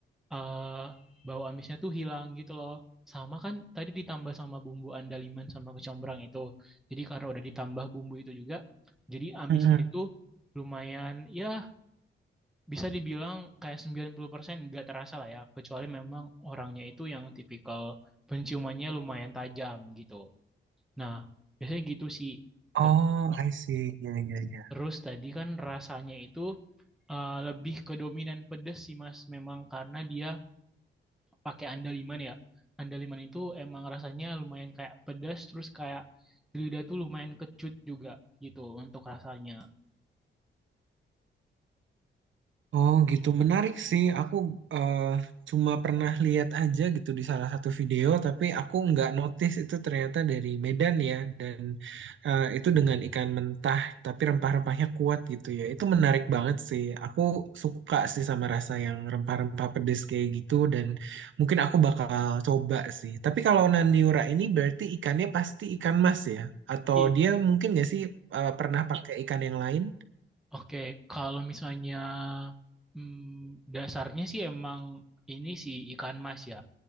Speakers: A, in the centre; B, on the right.
A: eh bau amisnya tuh hilang gitu loh. Sama kan tadi ditambah sama bumbu andaliman sama kecombrang itu. Jadi karena udah ditambah bumbu itu juga, jadi amisnya
B: Mm-mm.
A: itu lumayan ya bisa dibilang kayak 90% nggak terasa lah ya. Kecuali memang orangnya itu yang tipikal penciumannya lumayan tajam gitu. Nah, biasanya gitu sih.
B: Oh,
A: Ter-
B: I see. Ya, ya, ya.
A: Terus tadi kan rasanya itu eh, lebih ke dominan pedes sih Mas. Memang karena dia pakai andaliman ya. Andaliman itu emang rasanya lumayan kayak pedas terus kayak di lidah tuh lumayan kecut juga gitu untuk rasanya.
B: Oh, gitu. Menarik sih. Aku eh, cuma pernah lihat aja gitu di salah satu video, tapi aku nggak notice itu ternyata dari Medan ya. Dan eh, itu dengan ikan mentah, tapi rempah-rempahnya kuat gitu ya. Itu menarik banget sih. Aku suka sih sama rasa yang rempah-rempah pedes kayak gitu. Dan mungkin aku bakal coba sih. Tapi kalau Naniura ini berarti ikannya pasti ikan mas ya? Atau
A: I,
B: dia mungkin nggak sih eh, pernah pakai ikan yang lain?
A: oke, kalau misalnya hmm, dasarnya sih emang ini sih ikan mas ya.